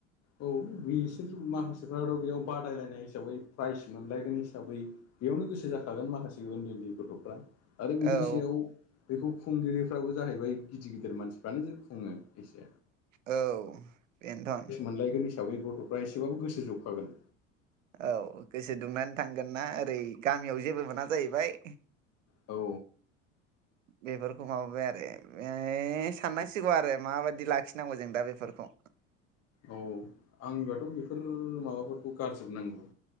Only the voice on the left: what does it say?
औ बिसोर माखासेफ्राथ' बेयाव बादायलायनाय हिसाबै प्राइज मोनलायगोन हिसाबै बेयावनो गोसो जाखागोन माखासे उन्दै उन्दै गथ'फ्रा आरो बिनि
सायाव बेखौ खुंगिरिफ्राबो जाहैबाय गिदिर गिदिर मानसिफ्रानो जों खुङो एसे
अनलायगोन हिसाबै गथ'फ्रा एसेबाबो गोसो जखागोन
औ
औ आंनिबाथ' बेफोर माबाफोरखौ गारजोबनांगौ